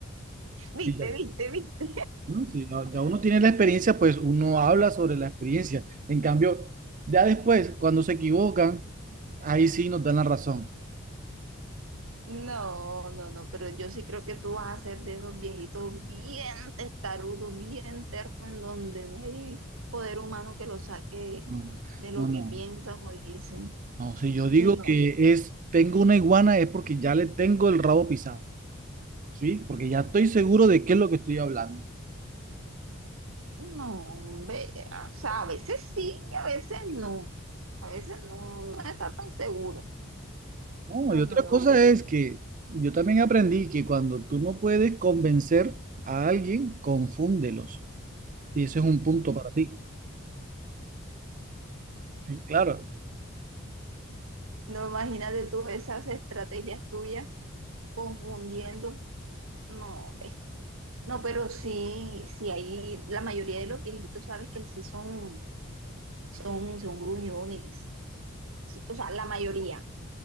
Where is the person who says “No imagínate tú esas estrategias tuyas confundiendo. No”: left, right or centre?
Right